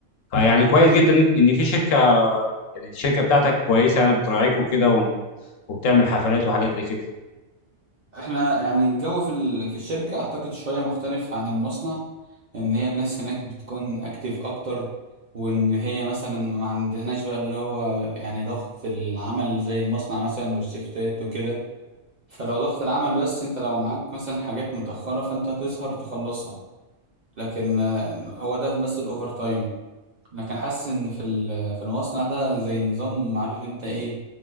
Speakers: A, on the left (about 90°); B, on the right (about 45°).
A: فيعني كويس جدا ان إن في شركة يعني الشركه بتاعتك كويسه يعني بتراعيك وكده و- وبتعمل حفلات وحاجات زي كده
B: احنا يعني الجو في ال- في الشركة اعتقد شوية مختلف عن المصنع ان هي الناس هناك بتكون اكتيف اكتر وان هي مثلا ما عندهناش بقى اللي هو يعني ضغط العمل زي المصنع مثلا والشيفتات وكده فلو ضغط العمل بس انت لو معاك مثلا حاجات متأخرة فانت هتسهر تخلصها لكن آه، هو ده بس الاوفر تايم لكن حاسس ان في ال- في المصنع ده زي نظام عارف انت ايه